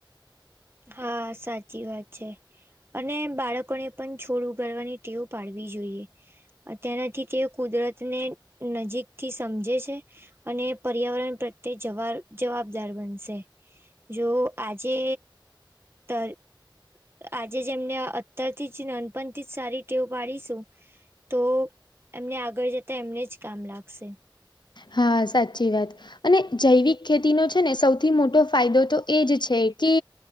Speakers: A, on the right; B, on the left.
A: હા સાચી વાત છે. અને બાળકોને પણ છોડ ઉગાડવાની ટેવ પાડવી જોઈએ. અત્યારે થી તે કુદરતને નજીકથી સમજે છે. અને પર્યાવરણ પ્રત્યે જવાર જવાબદાર બનશે. જો આજે તર આજે જેમને અત્યાર થી જ નાનપણ થી જ સારી ટેવ પાડીશું તો એમને આગળ જતા એમને જ કામ લાગશે.
B: હા સાચી વાત અને જૈવિક ખેતીનો છે ને સૌથી મોટો ફાયદો તો એજ છે કે